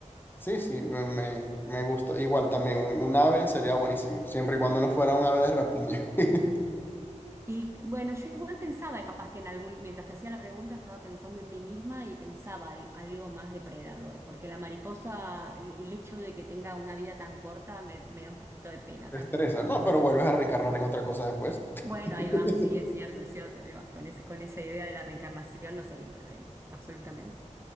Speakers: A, on the left; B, on the right.
A: Sí, sí, me, me, me gusta. Igual también un, un ave sería buenísimo, siempre y cuando no fuera un ave de rapiña. <laughs>
B: Y bueno, yo igual pensaba, capaz que en algún, mientras te hacía la pregunta, estaba pensando en mí misma y pensaba al- algo más depredador, porque la mariposa, el el hecho de que tenga una vida tan corta me, me da un poquito de pena
A: estresa
B: también.
A: no, pero vuelves a reencarnar en otra cosa después.
B: Bueno, ahí
A: <laughs>
B: va, sí, es cierto, es cierto, ahí va. Con ese, con esa idea de la reencarnación no sería un problema, absolutamente.